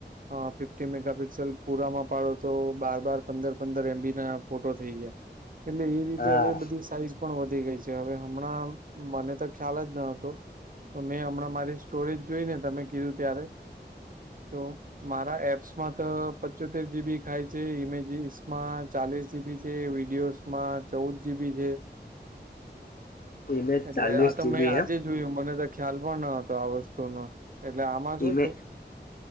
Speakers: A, on the right; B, on the left.
A: હ ફિફ્ટી મેગાપિક્સલ પુરામાં પાડો તો બાર બાર પંદર પંદર એમબી ના ફોટો થઈ ગયા. એટલે એ રીતે
B: હા
A: હવે બધી સાઈઝ. પણ વધી ગઈ છે હવે હમણાં મને તો ખ્યાલ જ ન હતો મેં હમણાં. રી સ્ટોરેજ જોઈને તમે કીધું ત્યારે તો. મારા એપ્સમાં તો પચોતેર જીબી ખાય છે ઇમેજસ માં ચાલીસ જીબી છે વિડીયોસ માં ચૌદ જીબી છે
B: ઇમેજ
A: એટલે
B: ચાલીસ
A: આ તો
B: જીબી
A: મેં આજે
B: એમ
A: જોયું મને તો ખ્યાલ પણ ન હતો આ વસ્તુનો એટલે આમાં શું
B: ઈમે
A: થ